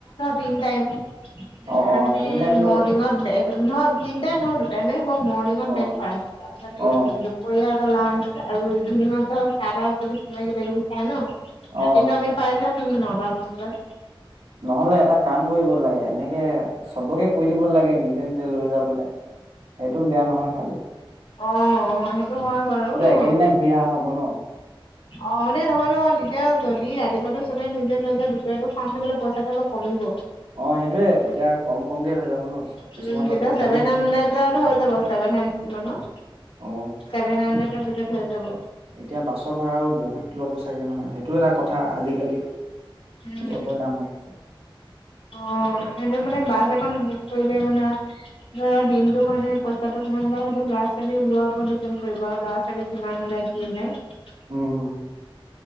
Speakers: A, on the left; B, on the right.
A: তিন টাইম ধৰা
B: অ অ
A: তুমি
B: তিনি টাইমটো
A: মৰ্নিংত নহয় তিনি টাইম নহয় দুটাই মে হব মৰ্নিংত
B: অ
A: ব্ৰেকফাষ্ট তাৰপিছত
B: অ
A: দুপৰীয়া লান্স আৰু ইভিনিঙত ধৰ চাহ তাহ কিবা কিবা কিবি খায় ন ৰাতিটো
B: অ
A: আমি পাই নটা মান বজাত
B: নহলে এটা কাম কৰিব লাগে এনেকে চবকে কৈ দিব লাগে নিজে নিজে লৈ যাবলে সেইটো বেয়া নহয় খালী
A: অ সেইটো হয় বাৰু অ
B: একেদিনাই ঘূৰি অহা হ'ব ন
A: অ মানে নহয় নহয় তেতিয়া যদি ৰাতিপুৱাটো চবে নিজে লৈ যায় দুপৰিয়া টো খাওঁ বুলি ক'লে পইচাটো অলপ কমিব
B: অ', সেইটোৱে তেতিয়া কম কমকে হৈ যাব ন' কিছুমানটো
A: উম তেতিয়া
B: প্ৰব্লেমো
A: ছেভেন
B: হৈ
A: হাণ্ড্ৰেডত
B: যায়।
A: হৈ যাব ছেভেন হাণ্ড্ৰেড মানত
B: অ
A: ছেভেন হাণ্ড্ৰেডৰ ভিতৰত হৈ যাব।
B: এতিয়া বাছৰ ভাড়াও বহুত ল'ব চাগে নহয় সেইটো এটা কথা আজিকালি।
A: উম
B: চবৰ দাম বাঢ়িছে।
A: অ', এনে মানে বাছ এখন বুক কৰিলে মানে ধৰা দিনটোৰ কাৰণে পইচাটো কিমান লয় সেইটো ল'ৰা-ছোৱালী ওলোৱাৰ ওপৰত ডিপেণ্ড কৰিব আৰু ল'ৰা-ছোৱালী কিমান কি ওলাই ওলায় কি ওলাই।
B: উম।